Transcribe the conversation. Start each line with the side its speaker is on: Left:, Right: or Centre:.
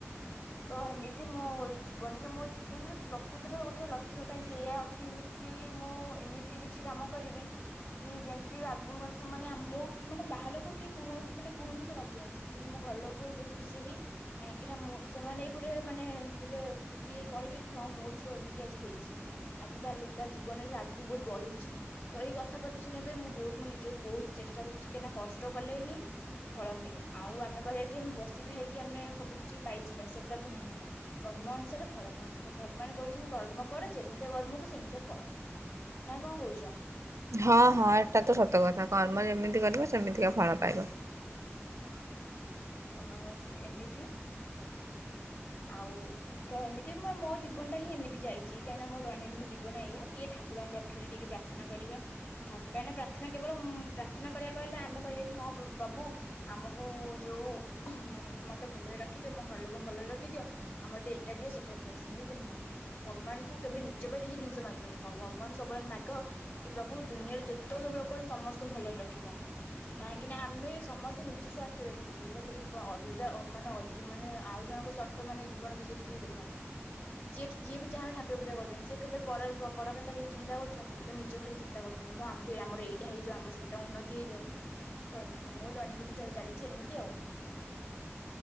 Left: ତ ଏମିତି ମୋ ଜୀବନରେ ମୋ ଜୀବନରେ ପ୍ରକୃତେରେ ଗୋଟେ ଲକ୍ଷ୍ୟ କାହିଁକି ଏଇଆ ଅଛି କି ମୁଁ ଏମିତି କିଛି କାମ କରିବି କି ଯେମତି ଆ ଗୁକୁ ମତେ ସେମାନେ ମୋ ମାନେ ବାହାର ଲୋକ କିଏ କୁହ ମାନେ କୁହନ୍ତି କି ନ କୁହନ୍ତି କିନ୍ତୁ ମୋ ଘର ଲୋକ ବହୁତ ଖୁସି ହେବି କାହିଁକିନା ମୁଁ ସେମାନେ ଗୋଟେ ମାନେ ଗୋଟେ ଖୁସି ହେଇ କହିବେ କି ହଁ ମୋ ଝୁଅ ଏମିତି ଆଜି ହେଇଛି ଆଜି ତା ତା ଜୀବନରେ ସେ ଆଗକୁ ବହୁତ ବଢିଛି ତ ଏଇ କଥା ପଦେ ଶୁଣିଆ ପାଇଁ ମୁଁ ବହୁତ । ମୁଁ ନିଜକୁ ବହୁତ ଚେଷ୍ଟା କରୁଛି କାହିଁକିନା କଷ୍ଟ କଲେ ହିଁ ଫଳ ମିଳେ ଆଉ ଆମେ କହିବା କି ଆମେ ବସିଥାଇ କିି ଆମେ ସବୁ କିଛି ପାଇଯିବା ସେଟା ତ ନୁହଁ କର୍ମ ଅନୁସାରେ ଫଳ ଭ ଭ ଭଗବାନ କହିଛନ୍ତି କର୍ମ କର ଯେମିତିଆ କର୍ମକୁ ସେମିତିଆ ଫଳ ନା କଣ କହୁଛ।
Right: ହଁ ହଁ ଏଇଟା ତ ସତ କଥା କର୍ମ ଯେମିତି କରିବ ସେମିତିକା ଫଳ ପାଇବ।
Left: ହଁ ତ ଏମିତି ଆଉ ତ ଏମିତି ମୋ ମୋ ଜୀବନ ଟା ହିଁ ଏମିତି ଯାଇଛି କାହିଁକିନା ମୋ ଦୈନନ୍ଦିନ ଜୀବନ ଏଇଆ ଟିକେ ଠାକୁରଙ୍କ ପାଖରେ ଟିକେ ପ୍ରାର୍ଥନା କରିବା କାହିଁକି ପ୍ରାର୍ଥନା କେବଳ ପ୍ରାର୍ଥନା କରିଆକୁ କହିଲେ ଆମେ କହିବା କି ହଁ ପ୍ରଭୁ । ଆମକୁ ଯୋଉ ମତେ ଭଲରେ ରଖିଦିଅ ମୋ ଘର ଲୋକ ଭଲରେ ରଖିଦିଅ ଆଉ ମତେ ଏଇଟା ଦିଅ ସେଟା ଦିଅ ସେମିତି ନୁହଁ ଭ ଭଗବାନଙ୍କୁ କେବେ ନିଜ ପାଇଁ କିଛି ଜିନିଷ ମାଗିବନି ଭଗବାନ ସବୁବେଳେ ମାଗ କି ପ୍ରଭୁ ଦୁନିଆରେ ଯେତେକ ସବୁ ଲୋକ ସମସ୍ତଙ୍କୁ ଭଲରେ ରଖିଥାଅ କାହିଁକି ନା ଆମେ ସମ ନିଜ ସ୍ବାର୍ଥ ଦେଖନ୍ତି ହେଲେ କେବେ ଅଲଗା ମାନେ ମାନେ ଆଉ ଜଣଙ୍କ ସ୍ବାର୍ଥ ମାନେ ଜୀବନ ବିଷୟରେ କିଛି ଦେଖନ୍ତିନି ଯିଏ ଯିଏ ବି ଯାହା ବି ଠାକୁର ପୂଜା କରୁଛନ୍ତି ସେ କେବେ ପର ପର କଥା କେବେ ଚିନ୍ତା କରୁଛନ୍ତି ତ ନିଜ ଖାଲି ଚିନ୍ତା କରୁଛନ୍ତି କ ଆମକୁ ଆମର ଏଇଟା ହେଇଯାଉ ଆମର ସେଇଟା ଉନ୍ନତି ହେଇଯାଉ ତ ଏମିତି ମୋ ଦୈନନ୍ଦିନ । ଚାଲିଛି ଏମିତି ଆଉ